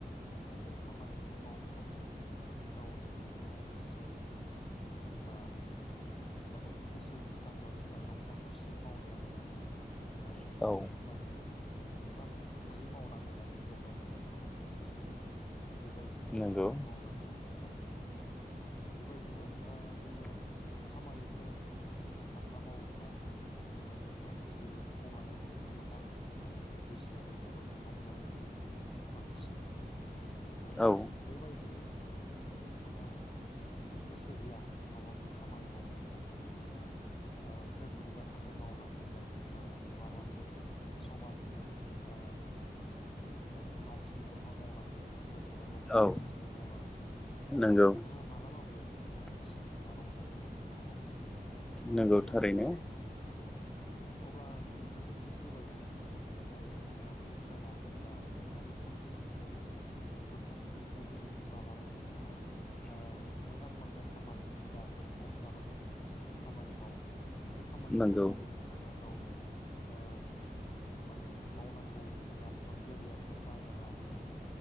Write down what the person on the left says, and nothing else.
अब्ला बे खामानिखौ मावनो थाखाय जोङो गावनि ओ गोसो बा। माने गोसो होसारनानै आरो रंजा खुसियै मावनाया मोजां। आरो
एसे माने जोङो मोजां खोमहै मावनांगोन आरो जेब्ला जों बे खामानिखौ फोजोबगोन। बेबायदिनो
जों बेखौ मावनांगोन औ माने बेबायदिनो ओ जोङो खामानिखौ गोसो होथाबना मावोब्ला जोङो जेब्ला फोजोबो अब्लानो जोंबो मोजां बा जोंनि गोसोआबो जोबोद रंजानाय फैयो। बा खुसि मोनो आरो
बेबायदिनो जुदि नोंथाङा गोसो गैया, माबाफोर खामानि मावनो नाथाय नोंथाङा आ सोरनिबा थाखाय मावनांगौ जादों बा माबासे समाजनि आ बिदिनो नारसिन सिन्नायावहा मावनांदों बा सोरनिबा न'खरनि
नारसिननायाव मावनांदों अब्ला
नोंथाङा मालाबाबो आ खुसि बा रंजानाय मोननो हाया आरोना नोंथाङा
बे खामानिखौ
लानानै औ। अब्ला नोंथांनि गोसो बायदि नोंथांनि जाय आ पेसेना बा नोंथांनि थांखि थायो बेफोर थांखिखौ जुदि लानानै नोंथाङा आ मोंजां मोननाय खामानि हुदाफोरखौ लानानै जुद दि नोंथाङा खामानि मावो बे खामानिखौनो
जुदि नो थाङा गावनि अ माने मावनांगौ बिबान बा केरियार फोर बायना लानो हायो।